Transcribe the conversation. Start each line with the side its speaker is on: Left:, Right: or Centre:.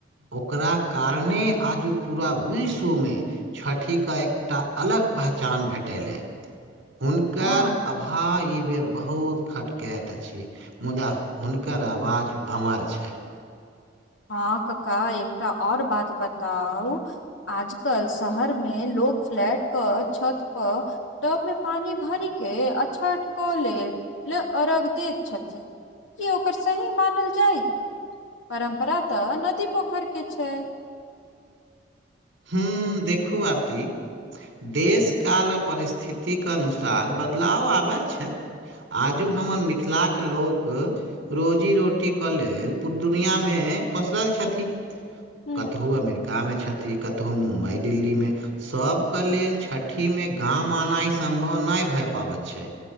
Right: ओकरा कारणे आज पूरा विश्व मे छठिके एकटा अलग पहचान भेटेलै हुनकर
Left: हँ
Right: अभाव हाँ ई बेर बहुत खटकैत अछि मुदा हुनकर आवाज अमर छै
Left: हँ कक्का एकटा आओर बात बताउ आजकल शहर मे लोग फ्लैट क छत प टब मे पानि भर के आ छठ कले अर्घ दैत छथिन कि ओकर सही मानल जाय परम्परा तऽ नदी पोखर के छै
Right: हूँ देखू आरती देशकाल परिस्थितिक अनुसार बदलाव आबैत छै आजू हमर मिथिलाके लोक रोजी रोटीके लेल पू दुनियामे पसरल छथिन
Left: ह
Right: कतहु अमेरिका मे छथि कतहु मुम्बई दिल्ली मे सभके लेल छठिमे गाम आनाइ सम्भव नहि भैऽ पाबैत छै